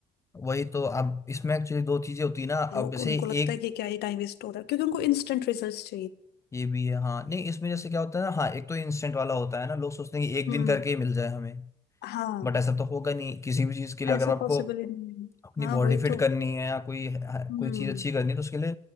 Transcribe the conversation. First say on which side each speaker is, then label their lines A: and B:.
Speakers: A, on the left; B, on the left.
A: वही तो अब इसमें एक्चुअली दो चीजें होती है ना अब
B: लोग
A: जैसे
B: उनको लगता
A: एक
B: है कि क्या ही टाइम वेस्ट हो रहा है क्योंकि उनको इंस्टेंट रिजल्ट्स चाहिए
A: ये भी है हाँ नहीं इसमें जैसे क्या होता है ना हाँ एक तो इंस्टेंट वाला होता है ना लोग सोचते हैं कि एक
B: हम्म
A: दिन करके ही मिल जाए हमें
B: हाँ
A: बट ऐसा तो होगा नहीं किसी भी चीज के लिए
B: ऐसा
A: अगर आपको
B: पॉसिबल ही नहीं है
A: अपनी
B: हाँ
A: बॉडी
B: वही
A: फिट
B: तो
A: करनी है या कोई हाँ,
B: हम्म
A: कोई चीज अच्छी करनी है तो उसके लिए